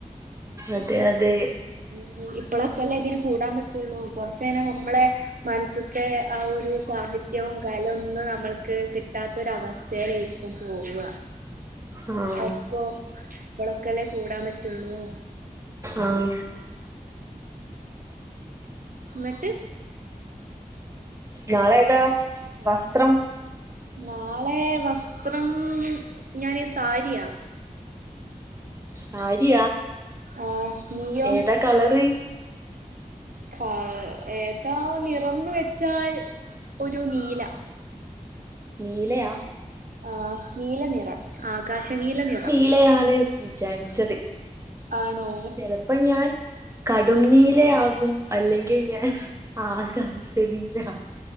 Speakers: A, on the right (about 20°); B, on the right (about 80°).
A: അതെ അതെ
B: ഉം ഇപ്പളെക്കെല്ലേ ഇതിന് കൂടാൻ പറ്റൊള്ളൂ കൊർച്ചയ്ഞാ നമ്മളെ മനസ്സത്തെ ആ ഒരു സാഹിത്യോം കലൊന്നും നമ്മൾക്ക് കി ട്ടാത്തൊരവസ്‌ഥേലേക്കും പോവാ
A: ആ
B: അപ്പൊ ഇപ്പളൊക്കെല്ലെ കൂടാൻ പറ്റൊള്ളൂ.
A: ആഹ്
B: ന്നെട്ട്
A: നാളെതാ വസ്ത്രം?
B: നാളെ വസ്ത്രം ഞാന് സാരിയാ.
A: സാര്യാ
B: ആഹ് നീയോ
A: ഏതാ കളറ്?
B: ഫാ ഏതാ നിറംന്ന് വെച്ചാൽ ഒരു നീല.
A: നീലെയാ
B: ആഹ് നീല നിറം ആകാശനീല നിറം.
A: ല്ലയാണ് ചാരിച്ചത്.
B: ആണോ
A: ചെലപ്പം ഞാൻ കടും നീലയാകും അല്ലെങ്കിൽ ഞാൻ ആകാശനീല.